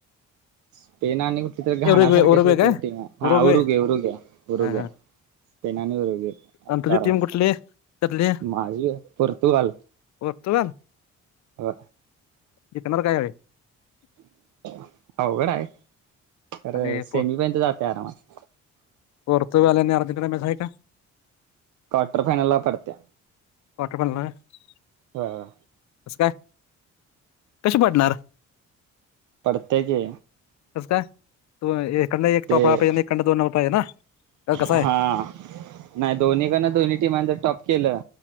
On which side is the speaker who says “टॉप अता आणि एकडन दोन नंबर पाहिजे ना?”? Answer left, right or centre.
Left